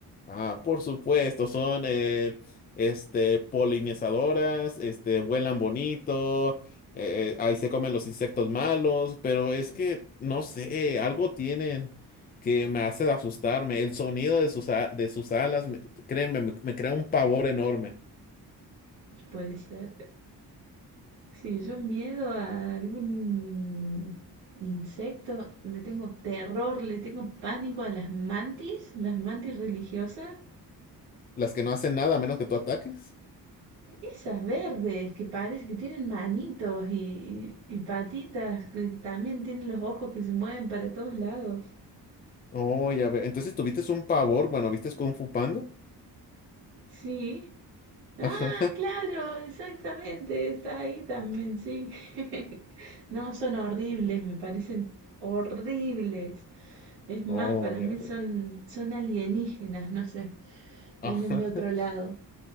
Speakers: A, on the left; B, on the right.
A: Ah, por supuesto, son eh, este, polinizadoras, este, vuelan bonito, eh, eh, ahí se comen los insectos malos, pero es que, no sé, algo tienen que me hace asustarme. El sonido de sus, a- de sus alas, me- créeme, me, me crea un pavor enorme.
B: Puede ser. Sí, yo miedo a algún insecto, le tengo terror, le tengo pánico a las mantis, las mantis religiosas.
A: Las que no hacen nada a menos que tú ataques.
B: Esas verdes que parece que tienen manitos y, y y patitas, que también tienen los ojos que se mueven para todos lados.
A: Oh, ya veo. Entonces tuviste un pavor, bueno, ¿viste Kung Fu Panda?
B: Sí, Ah,
A: <laughs>
B: claro, exactamente, está ahí también, sí. <laughs> No, son horribles, me parecen horribles. Es más,
A: Oh,
B: para
A: ya
B: mí
A: veo.
B: son, son alienígenas, no sé,
A: <laughs>
B: vienen de otro lado,